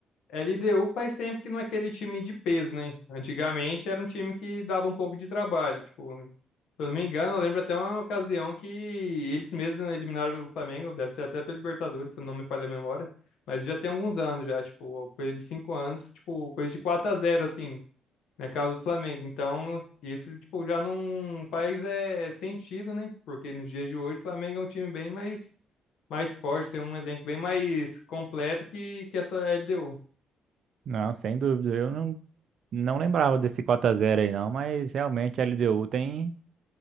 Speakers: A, on the left; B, on the right.
A: LDU faz tempo que não é aquele time de peso, né? Antigamente era um time que dava um pouco de trabalho. Tipo, se eu não me engano, eu lembro até uma ocasião que eles mesmos eliminaram o Flamengo, deve ser até pela Libertadores, se eu não me falha a memória. Mas já tem alguns anos já, tipo, coisa de cinco anos, tipo, coisa de 4 a zero, assim, na casa do Flamengo. Então, isso, tipo, já não faz é, sentido, né? Porque nos dias de hoje o Flamengo é um time bem mais, mais forte, tem um elenco bem mais completo que, que essa LDU.
B: Não, sem dúvida. Eu não, não lembrava desse 4x0 aí não, mas realmente a LDU tem,